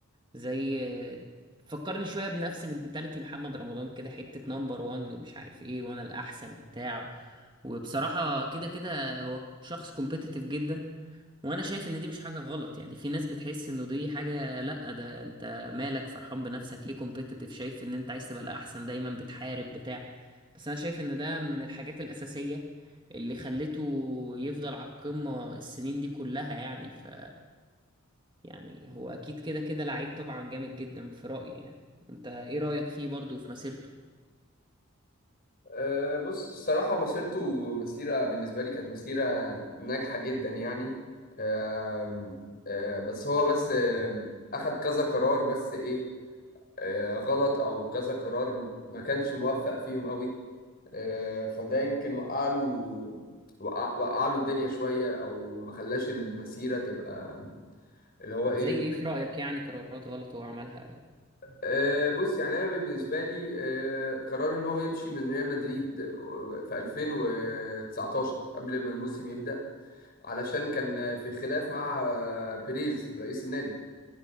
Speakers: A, on the right (about 20°); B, on the left (about 45°).
A: زي فكرني شوية بنفس منتاليتي محمد رمضان كده حتة نمبر وان ومش عارف ايه وأنا الأحسن وبتاع وبصراحة كده كده هو شخص كومبيتيتيف جدا وانا شايف ان دي مش حاجه غلط يعني في ناس بتحس انه دي حاجه لا ده انت مالك فرحان بنفسك ليه كومبيتيتيف شايف ان انت عايز تبقى الاحسن دايما بتحارب بتاع بس انا شايف ان ده من الحاجات الاساسيه اللي خلته يفضل على القمه السنين دي كلها يعني ف يعني هو اكيد كده كده لعيب طبعا جامد جدا في رايي يعني انت ايه رايك فيه برضه في مسيرته
B: أه بص الصراحة مسيرته مسيرة بالنسبة لي كانت مسيرة ناجحة جدا يعني أم أه بس هو بس أم، أخد كذا قرار بس ايه أه غلط او كذا قرار ما كانش موفق فيهم قوي أه فده يمكن وقع له وقع وقع له الدنيا شوية او ما خلاش المسيرة تبقى اللي هو
A: زي
B: ايه
A: ايه في رايك يعني قرارات غلط هو عملها او
B: آه بص يعني انا بالنسبه لي آه قرار ان هو يمشي من ريال مدريد في 2019 قبل ما الموسم يبدا علشان كان في خلاف مع آه بيريز رئيس النادي